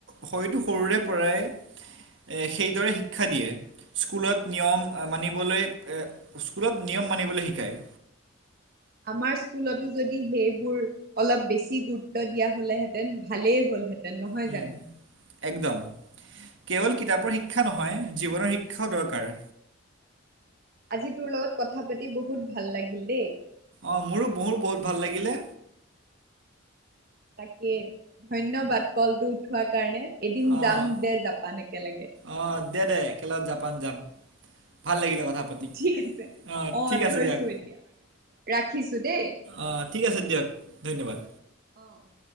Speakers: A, on the right; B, on the right.
A: হয়তো সৰুৰে পৰাই এ সেইদৰে শিক্ষা দিয়ে স্কুলত নিয়ম মানিবলৈ এ স্কুলত নিয় নম মানিবলৈ শিকায়।
B: <inaudible> আমাৰ স্কুলতো যদি সেইবোৰ অলপ বেছি গুৰুত্ব দিয়া হলেহেঁতেন ভালেই হ'ল হেতেন তেন নহয়
A: উম,
B: জানো
A: একদম কেৱল কিতাপৰ শিক্ষা নহয় জীৱনৰ শিক্ষাও দৰকাৰ।
B: <inaudible> যিটোৰ লগত কথা পাতি বহুত ভাল লাগিল দেই।
A: অ মোৰো মোৰ বহুত ভাল লাগিলে।
B: তাকী ধন্যবাদ কলটো উঠোৱাৰ কাৰণে এদিন
A: অ',
B: যাম দে জাপান একেলগে।
A: অ', দে দে একেলগ জাপান যাম ভাল লাগিলে কথা
B: আহ
A: পাতি।
B: ঠিক আছে
A: অ
B: আহ
A: ঠিক আছে
B: থৈছো
A: দিয়ক
B: এতিয়া ৰাখিছো দেই।
A: অঁ ঠিক আছে দিয়ক ধন্যবাদ।
B: অ অ